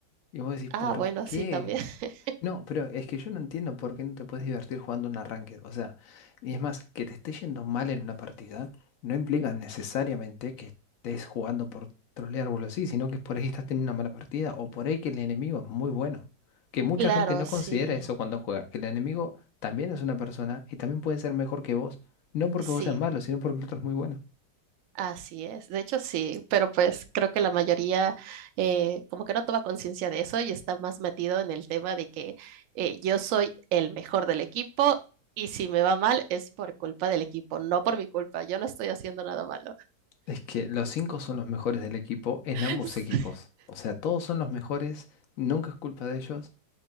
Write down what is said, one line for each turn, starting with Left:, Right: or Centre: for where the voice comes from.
Left: Y vos decís, ¿por
Right: Ah, bueno,
Left: qué?
Right: sí, también. <laughs>
Left: No, pero es que yo no entiendo por qué no te puedes divertir jugando un arranque. O sea, y es más, que te esté yendo mal en una partida no implica necesariamente que estés jugando por trolear o algo así, sino que por ahí estás teniendo una mala partida o por ahí que el enemigo es muy bueno. Que mucha
Right: Claro,
Left: gente no
Right: sí,
Left: considera eso cuando juega, que el enemigo también es una persona y también puede ser mejor que vos. No porque
Right: sí.
Left: vos seas malo, sino porque el otro es muy bueno.
Right: Así es, de hecho sí, pero pues creo que la mayoría eh, como que no toma conciencia de eso y está más metido en el tema de que eh, yo soy el mejor del equipo y si me va mal es por culpa del equipo, no por mi culpa, yo no estoy haciendo nada malo.
Left: Es que los cinco son los mejores del equipo en
Right: <laughs>
Left: ambos equipos. O sea, todos son los mejores, nunca es culpa de ellos.